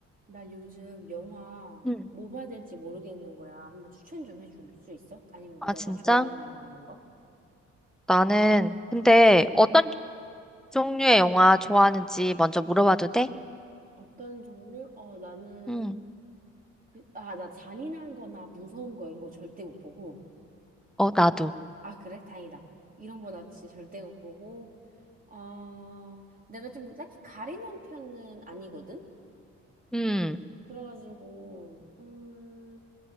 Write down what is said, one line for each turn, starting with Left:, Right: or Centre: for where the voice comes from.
Right: 나 요즘 영화
Centre: 음.
Right: 뭐 봐야 될지 모르겠는 거야. 한번 추천 좀 해줄 수 있어? 아니면 뭐
Centre: 아,
Right: 너가
Centre: 진짜?
Right: 좋아하는 영화 이런 거?
Centre: 나는, 근데 어떤 종류의 영화 좋아하는지 먼저 물어봐도 돼?
Right: 어떤 종류? 어, 나는
Centre: 음.
Right: 그, 아, 나 잔인한 거나 무서운 거 이런 거 절대 못 보고.
Centre: 어, 나도.
Right: 아, 그래? 다행이다. 이런 거 나 진짜 절대 못 보고. 어, 내가 좀 딱히 가리는 편은 아니거든?
Centre: 음,
Right: 그래가지고, 음,